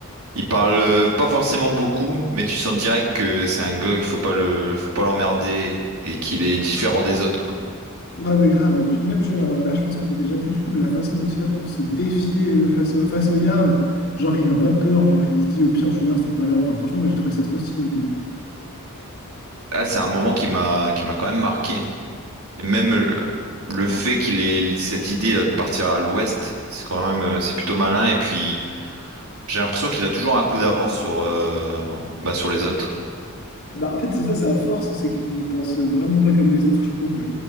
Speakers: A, on the right; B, on the left.
A: Il parle euh, pas forcément beaucoup, mais tu sens direct que c'est un gars. Il faut pas le, faut pas l'emmerder et qu'il est différent des autres, quoi.
B: Bah mais grave, et puis même, je- alors là, je pense que t'as déjà vu du coup, mais la façon dont il a pour se défier euh, face au, face au Jarl, genre il a pas peur, genre il se dit au pire je meurs, c'est pas grave. Enfin franchement, moi, j'ai trouvé ça trop stylé au début.
A: Ah, c'est un moment qui m'a, qui m'a quand même marqué. Et même euh, le fait qu'il ait cette idée là, de partir à l'ouest, c'est quand même euh, c'est plutôt malin. Et puis j'ai l'impression qu'il a toujours un coup d'avance sur, euh, bah, sur les autres.
B: Bah, en fait, c'est ça sa force, c'est qu'il pense vraiment pas comme les autres, je trouve.